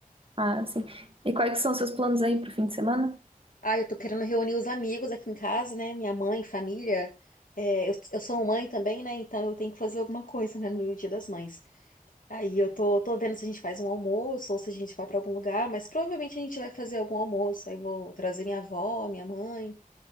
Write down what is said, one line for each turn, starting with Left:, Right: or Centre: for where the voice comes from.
Right: ah, sim. E quais são os seus planos aí pro fim de semana?
Left: Ah, eu tô querendo reunir os amigos aqui em casa, né? Minha mãe, família. É, eu, eu sou mãe também, né? Então eu tenho que fazer alguma coisa, né? No Dia das Mães. Aí eu tô, tô vendo se a gente faz um almoço ou se a gente vai pra algum lugar, mas provavelmente a gente vai fazer algum almoço. Aí eu vou trazer minha avó, minha mãe.